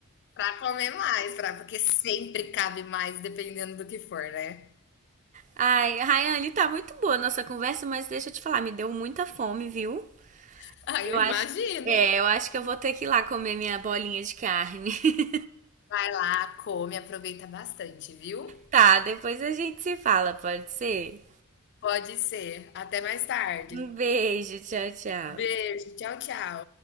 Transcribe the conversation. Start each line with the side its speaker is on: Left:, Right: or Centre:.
Left: Pra comer mais, pra, porque sempre cabe mais, dependendo do que for, né?
Right: Ai, Rayane, tá muito boa a nossa conversa, mas deixa eu te falar, me deu muita fome, viu?
Left: <laughs> Aí
Right: Eu
Left: eu imagino.
Right: acho, é, eu acho que eu vou ter que ir lá comer minha bolinha de carne. <laughs>
Left: Vai lá, come, aproveita bastante, viu?
Right: Tá, depois a gente se fala, pode ser?
Left: Pode ser. Até mais tarde.
Right: Um beijo, tchau, tchau.
Left: Beijo, tchau, tchau.